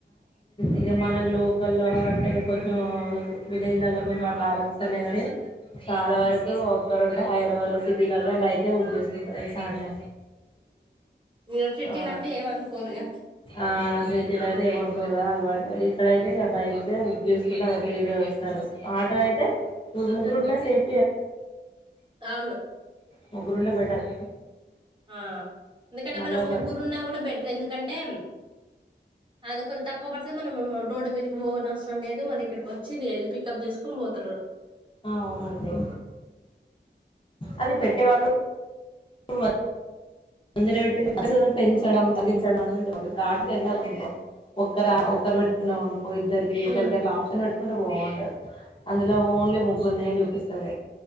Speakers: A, on the left; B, on the right.
A: ఇక మన లో కొలో అంటే కొంచెం విలేజ్లలో కొంచెం అట్లా ఆల సర్లే కాని చాలా వరకు ఓక్కరుంటే హైదరాబాద్లో సిటీలల్లో బైకే బుక్ చేసుకుంటారు తెలుసా అండి
B: ఇక సిటీలు
A: ఆ
B: అంటే ఏమనుకోరుగా
A: ఆ సటీదయితే ఏమనుకోరుగా అలు ఇక్కడయితే ఇక బైకే చూసుకుంటే అ తీర వస్తారు ఆటో అయితే ఊరు ముగ్గురుంటే సేఫ్
B: అవును
A: ముగ్గురుంటే బెటర్
B: ఆ ఎందుకంటే
A: మళ్ళా
B: మనం
A: ఒక
B: ముగ్గురు ఉన్నా కూడా బెటర్ ఎందుకంటే అది కొంచెం తక్కువ బడ్తది మనము రోడ్డు మీదకి బోవనవసరం లేదు మళ్ళీ ఇక్కడికి వచ్చిది ఎది పికప్ చేసుకొని పోతరు
A: అవునండి అది పెట్టే వాళ్ళు <unintelligible> అంజన పెట్టి పెంచడం తగించడం అని ఉంటే ఇప్పుడు ఆటకు వెళ్ళాము అనుకో ఒక్కర ఒక్కరు పెట్టుకున్నాం అనుకో ఇద్దరుకి
B: ఉమ్,
A: ఒకరికి అట్ల ఆప్షన్ పెట్ కుంటే బాగుండు అందులో ఓన్లీ ముగ్గుర్నే చూపిస్తుంది